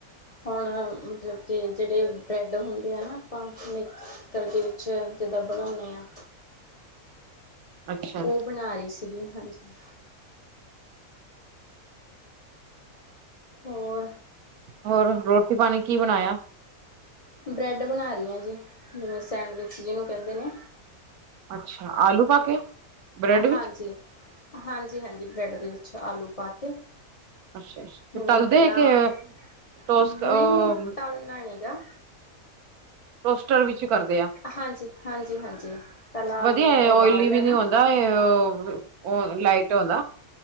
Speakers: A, on the left; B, on the right.
A: ਹੁਣ ਮਤਲਬ ਕਿ ਜਿਹੜੇ ਬਰੈਡ ਹੁੰਦੇ ਆ ਨਾ ਆਪਾਂ ਮਿਕਸਤਰਰ ਦੇ ਤੜਕੇ ਵਿੱਚ ਜਿੱਦਾਂ ਬਣਾਉਂਦੇ ਹਾਂ।
B: ਅੱਛਾ
A: ਉਹ ਬਣਾ ਰਹੀ ਸੀ। ਸੀ ਹਾਂਜੀ। ਹੋਰ
B: ਹੋਰ ਰੋਟੀ ਪਾਣੀ ਕੀ ਬਣਾਇਆ।
A: ਬ੍ਰੈਡ ਬਣਾ ਰਹੀ ਹਾਂ ਜੀ ਜਿਵੇਂ ਸੈਂਡਵਿਚ ਜਿਹਨੂੰ ਕਹਿੰਦੇ ਨੇ।
B: ਅੱਛਾ ਆਲੂ ਪਾ ਕੇ। ਬ੍ਰੈਡ
A: ਹਾਂਜੀ
B: ਵਿੱਚ
A: ਹਾਂਜੀ ਹਾਂਜੀ ਬਰੈਡ ਦੇ ਵਿੱਚ ਅੱਛਾ ਆਲੂ ਪਾ ਕੇ।
B: ਅੱਛਾ ਅੱਛਾ
A: ਜਿਵੇਂ
B: ਤੇ ਤਲਦੇ
A: ਪਹਿਲਾਂ
B: ਹੈ ਕਿ ਟੋਸ
A: ਨਹੀਂ
B: ਸੀ।
A: ਨਹੀਂ ਤਲਣਾ ਨੀ ਗਾ
B: ਟੋਸਟਰ ਵਿੱਚ । ਕਰਦੇ ਆ
A: ਹਾਂਜੀ ਹਾਂਜੀ ਹਾਂਜੀ ਪਹਿਲਾਂ ਆਲੂ
B: ਵਧੀਆ
A: ਨੂੰ ਉਬਾਲ
B: ਓਇਲੀ
A: ਲੈਣਾ
B: ਵੀ ਨੀ ਆਉਂਦਾ ਲਾਈਟ ਇਨਫੈਂਟਰੀ। ੋਦਾ।